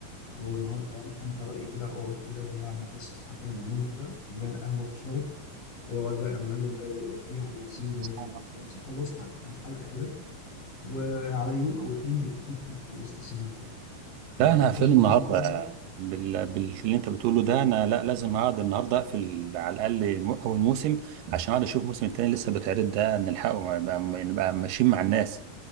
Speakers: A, on the left; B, on the right.
A: اللي هو النهارده يعني فانت رايي كده اقعد كده بعد ما تصحى كده من النوم كده فنجان قهوه في شارك واقعد بقى يا معلم بقى يقضيها على السيزون 1
B: اه
A: كله تلاقي نفسك خلصت كام حلقه كده وعلى يوم او اتنين بالكتير تكون خلصت السيزون كله
B: لا
A: وبعد
B: انا
A: كده
B: هقفله
A: تخش على
B: النهارده
A: سيزون 2 بقى
B: بال... باللي انت بتقوله ده انا لا لازم اقعد النهارده اقفل على الاقل الم- اول موسم عشان اقعد اشوف الموسم التاني لسه بيتعرض ده نلحقه ما- بقى- نبقى ماشيين مع الناس